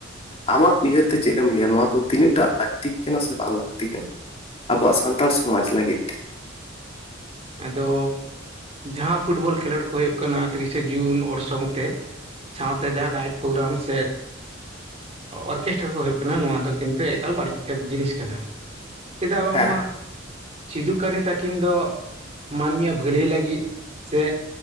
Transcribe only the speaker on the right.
ᱟᱫᱚ ᱡᱟᱦᱟᱸ ᱯᱷᱩᱴᱵᱚᱞ ᱠᱷᱮᱞᱳᱰ ᱠᱚ ᱦᱩᱭᱩᱜ ᱠᱟᱱᱟ ᱛᱤᱨᱤᱥᱟ ᱡᱩᱱ ᱚᱨᱥᱚᱝ ᱛᱮ ᱥᱟᱶᱛᱮ ᱡᱟᱦᱟᱸ ᱱᱟᱭᱤᱴ ᱯᱨᱳᱜᱨᱟᱢ ᱥᱮ ᱚᱨᱠᱮᱥᱴᱨᱟ ᱠᱚ ᱦᱩᱭᱩᱜ ᱠᱟᱱᱟ ᱱᱚᱣᱟ ᱫᱚ ᱠᱤᱱᱛᱩ ᱮᱠᱟᱞ ᱵᱟᱹᱲᱤᱡ ᱡᱤᱱᱤᱥ ᱠᱟᱱᱟ᱾ ᱪᱮᱫᱟᱜ ᱵᱟᱝᱢᱟ
ᱥᱤᱫᱩ ᱠᱟᱹᱱᱩ ᱛᱟᱹᱠᱤᱱ ᱫᱚ ᱢᱟᱹᱱᱢᱤᱭᱟᱜ ᱵᱷᱟᱹᱞᱟᱹᱭ ᱞᱟᱹᱜᱤᱫ ᱥᱮ